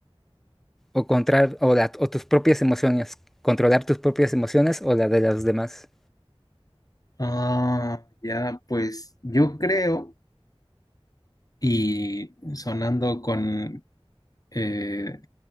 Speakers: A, in the centre; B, on the left.
A: o controlar o, la- o tus propias emociones, controlar tus propias emociones o la de los demás?
B: Ah, ya, pues yo creo, y sonando con eh,